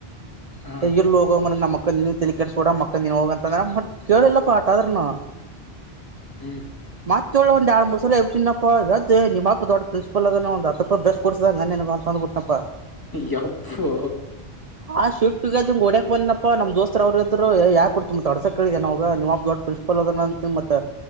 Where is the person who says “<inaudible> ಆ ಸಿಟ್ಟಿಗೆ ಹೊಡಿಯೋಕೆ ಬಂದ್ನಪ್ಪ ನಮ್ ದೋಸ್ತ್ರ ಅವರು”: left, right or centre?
Right